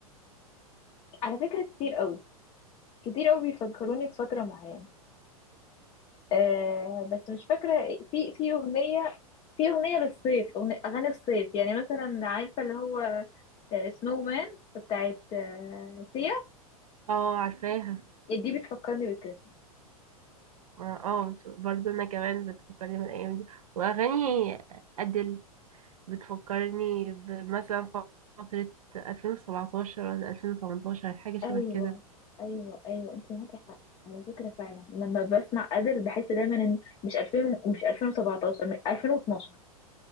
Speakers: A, on the left; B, on the right.
A: <laughs> على فكره كتير قوي كتير قوي بيفكروني بفتره معينه آه بس مش فاكره في في اغنيه في اغنيه للصيف أغنية اغاني الصيف يعني مثلا عارفه اللي هو سنو مان بتاعت آه، سيا
B: اه عارفاها
A: دي بتفكرني بالكريسماس
B: اه آه، بت- برضه انا كمان بتفكرني بالايام دي واغاني ادل بتفكرني بمثلا فتره 2017 ولا 2018 حاجه شبه
A: ايوه
B: كده
A: ايوه ايوه انت معاكي حق على فكره فعلا لما بسمع ادل بحس دايما ان مش 2000 ومش 2017 من 2012